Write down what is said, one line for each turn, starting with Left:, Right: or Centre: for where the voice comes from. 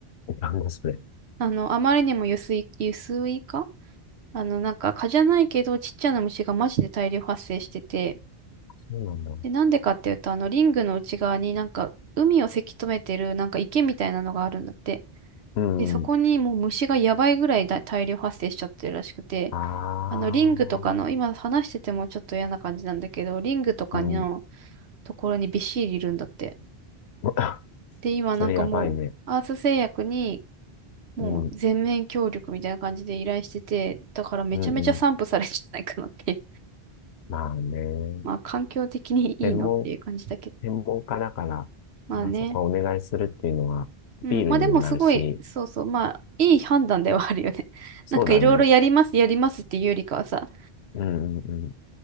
Left: なんだそれ。
Right: あの、あまりにも輸水、輸水化あの、なんか蚊じゃないけど、ちっちゃな虫がマジで大量発生してて、
Left: そうなんだ。
Right: で、なんでかっていうと、あの、リングの内側になんか、海をせき止めてる、なんか池みたいなのがあるんだって。
Left: うん、
Right: で、そこにもう虫がやばいぐらいだ大量発生しちゃってるらしくて、
Left: ああ、
Right: あの、リングとかの、今話しててもちょっと嫌な感じなんだけど、リングとかの
Left: うん、
Right: ところにびっしりいるんだって。
Left: <laughs>
Right: で、今なんかもう、
Left: それやばいね。
Right: アース製薬に、もう全面協力みたいな感じで依頼してて、
Left: うん、
Right: だからめちゃめちゃ散布されるんじゃないかなっていう
Left: うんうん。まあね。
Right: まあ、環境的にいいのっていう感じだけど。
Left: 専門、専門家だから、
Right: まあね。
Left: まあそこはお願いするっていうのは、アピールにもなるし、
Right: うん。まあでもすごい、そうそう。まあ、いい判断ではあるよね。<laughs>
Left: そうだね。
Right: なんかいろいろやります、やりますっていうよりかはさ、
Left: うん、うん、うん。